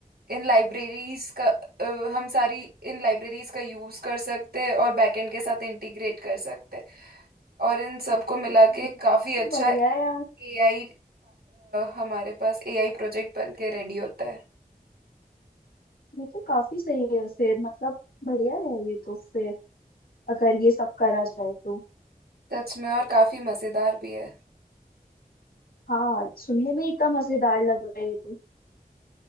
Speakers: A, on the right (about 85°); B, on the left (about 75°).
A: इन लाइब्रेरीज का अ, हम सारी इन लाइब्रेरीज का यूज कर सकते हैं और बैक एंड के साथ इंटीग्रेट कर सकते हैं और इन सबको मिला के
B: ये
A: काफी अच्छा
B: तो बढ़िया है यार
A: एआई हमारे पास एआई प्रोजेक्ट बन के रेडी होता है
B: ये तो काफी सही है फिर मतलब बढ़िया है ये तो फिर अगर ये सब करा जाए तो
A: सच में और काफी मजेदार भी है
B: हाँ सुनने में इतना मजेदार लग रहा है ये तो